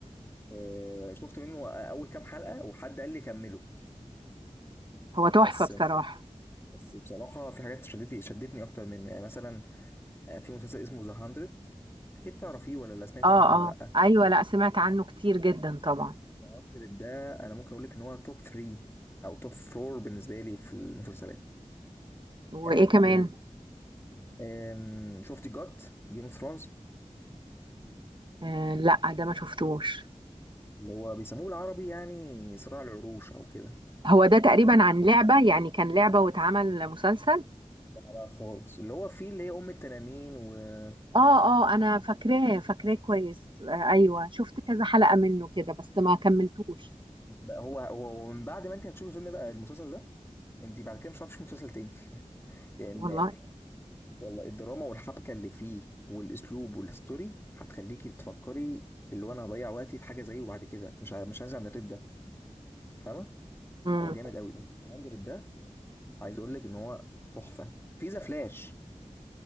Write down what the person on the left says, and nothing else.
آه، شفت منه اول كام حلقه وحد قال لي كمله
بس
بس بصراحه في حاجات شدتني شدتني اكتر منه يعني مثلا آه، في مسلسل اسمه ذا 100 اكيد تعرفيه ولا لا سمعت
عنه ولا
لا
ذا 100 ده انا ممكن اقول لك ان هو توب 3 او توب 4 بالنسبه لي في المسلسلات
يعني
جامد آم، شفت جوت جيم اوف ثرونز
اللي هو بيسموه بالعربي يعني صراع العروش او كده
لا لا خالص اللي هو فيه اللي هي ام التنانين وايميلي
هو هو هو من بعد ما انت هتشوف الفيلم ده المسلسل ده انت بعد كده مش هتعرفش مسلسل تاني <laughs> لان
والله الدراما والحبكه اللي فيه والاسلوب والستوري هتخليكي تفكري اللي هو انا هضيع وقتي في حاجه زيه بعد كده مش ع- مش عايز عن الريد ده فاهمه
هو جامد قوي بس الهاندرد ده عايز اقول لك ان هو تحفه في ذا فلاش